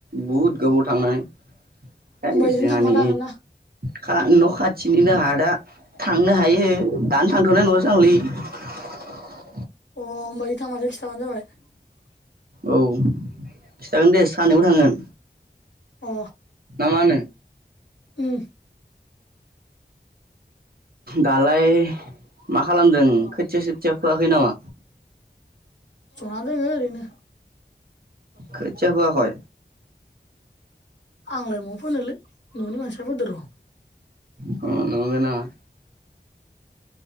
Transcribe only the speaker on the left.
होमबा इजोंनो
थांफानो हागोन ना
अ होमबा <unintelligible>
अ
अ
उम
जना दोङो ओरैनो
आंलाय म फोनोलै ननि मानसिफ्राबो दर ओम